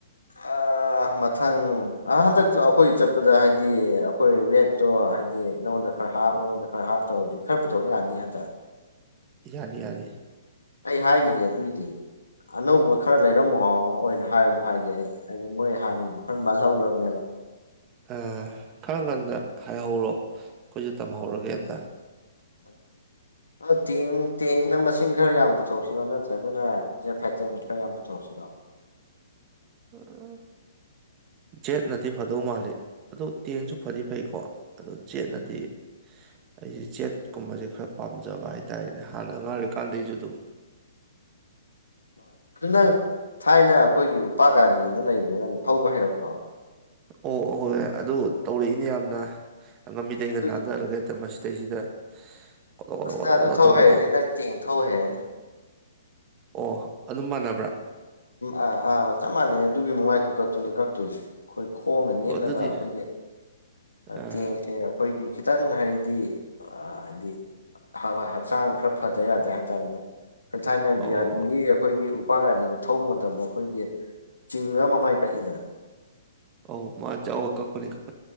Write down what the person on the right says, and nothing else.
ꯌꯥꯅꯤ ꯌꯥꯅꯤ꯫
ꯑ ꯈꯔ ꯉꯟꯅ ꯍꯥꯏꯍꯧꯔꯣ ꯑꯩꯈꯣꯏꯁꯨ ꯇꯝꯍꯧꯔꯒꯦ ꯍꯦꯛꯇ꯫
ꯎꯝ꯫ ꯖꯦꯠꯅꯗꯤ ꯐꯗꯧ ꯃꯥꯜꯂꯤ ꯑꯗꯣ ꯇꯦꯡꯁꯨ ꯐꯗꯤ ꯐꯩꯀꯣ ꯑꯗꯣ ꯖꯦꯠꯅꯗꯤ꯫ ꯑꯩꯁꯦ ꯖꯦꯠꯀꯨꯝꯕꯁꯦ ꯈꯔ ꯄꯥꯝꯖꯕ ꯍꯥꯏꯇꯥꯥꯔꯦꯅꯦ ꯍꯥꯟꯅ ꯑꯉꯥꯡ ꯑꯣꯏꯔꯤꯀꯥꯟꯗꯩꯁꯨ ꯑꯗꯨꯝ꯫
ꯑꯣ ꯍꯣꯏ ꯑꯗꯨ ꯇꯧꯔꯛꯏꯅꯦ ꯌꯥꯝꯅ꯫ ꯑꯪꯉꯝꯃꯤꯗꯩꯒ
ꯅꯥꯟꯊꯔꯒ ꯍꯦꯛꯇ ꯃꯁꯤꯗꯩꯁꯤꯗ ꯀꯣꯗꯣꯛ
ꯀꯣꯗꯣꯛ
ꯀꯣꯗꯣꯛ
ꯇꯧꯕꯗꯣ꯫
ꯑꯣ ꯑꯗꯨ ꯃꯥꯟꯅ
ꯑꯣ ꯑꯗꯨꯗꯤ
ꯑ
ꯑꯣ
ꯑꯧ ꯃꯥ ꯆꯧ ꯀꯛꯄꯅꯤ ꯀꯛ